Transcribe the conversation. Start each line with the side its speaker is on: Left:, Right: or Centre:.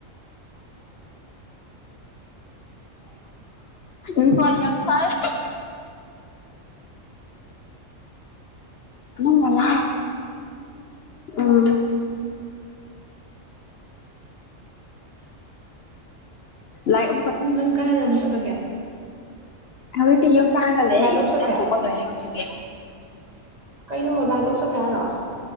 Left: ꯏ ꯐ ꯌꯥ ꯑꯗꯨ ꯁꯔꯦ ꯅꯂ ꯎꯝ ꯂꯥꯏ
Right: ꯪ ꯀꯗ ꯃ ꯆꯠꯂꯒꯦ
Left: ꯍꯧꯖꯤꯛꯇꯤ ꯌꯨꯝ ꯆꯥꯅꯒꯜꯂꯦ
Right: ꯂꯥꯏꯠ
Left: ꯏꯥ
Right: ꯑꯣꯐ ꯆꯠꯈ꯭ꯔꯦ
Left: ꯊꯣꯛꯄ ꯂꯣꯏꯔꯦ ꯍꯧꯖꯤꯛꯇꯤ
Right: ꯀꯩꯅꯣ ꯂꯥꯏꯠ ꯑꯣꯞꯆꯠꯈ꯭ꯔꯦ ꯍꯥꯏꯔꯣ